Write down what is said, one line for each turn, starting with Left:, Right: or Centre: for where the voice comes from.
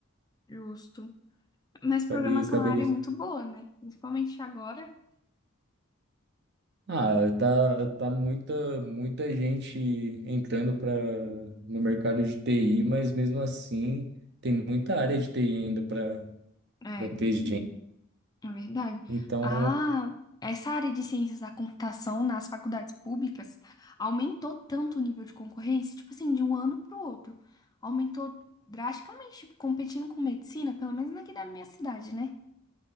Left: justo. Mas programação
Right: Acabei, acabei
Left: é uma área muito boa, né? Principalmente agora.
Right: Ah, tá, tá muita, muita gente entrando para no mercado de TI, mas mesmo assim tem muita área de TI ainda para
Left: é
Right: para ter gente.
Left: É verdade.
Right: Então,
Left: Ah, essa área de ciências da computação nas faculdades públicas aumentou tanto o nível de concorrência, tipo assim, de um ano para o outro. Aumentou drasticamente, tipo, competindo com medicina, pelo menos aqui da minha cidade, né?